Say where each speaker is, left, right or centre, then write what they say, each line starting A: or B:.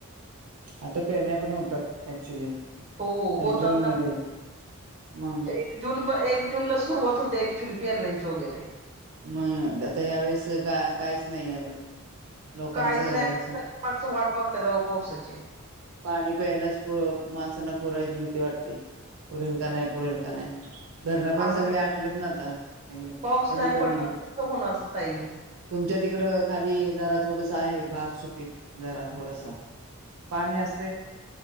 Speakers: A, on the right; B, on the right.
A: आता पेरण्या पण होतात ऍक्च्युली
B: हो होतात
A: जून
B: ना
A: मध्ये मग
B: एक जून प एक जूनला सुरुवात होते एक चुली पीयारण्याचे वगैरे
A: मग आता ह्या वेळेस का काहीच नाही अजून लोकांचं
B: काहीच नाही पण अस वाट बघतात दऊ पावसाची
A: पाणी प्यायलाच पुर माणसांना पुरयची भीती वाटते पुरेल का नाही पुरेल का नाही धरण पण
B: असं
A: सगळे आटलेत ना आता एकदम
B: पाऊस
A: कमी
B: नाही
A: कमी
B: पडला तर कसं होणार ताई.
A: तुमच्या तिकड खाली जरा थोडस आहे भाग सुपीक जरा थोड पाणी अस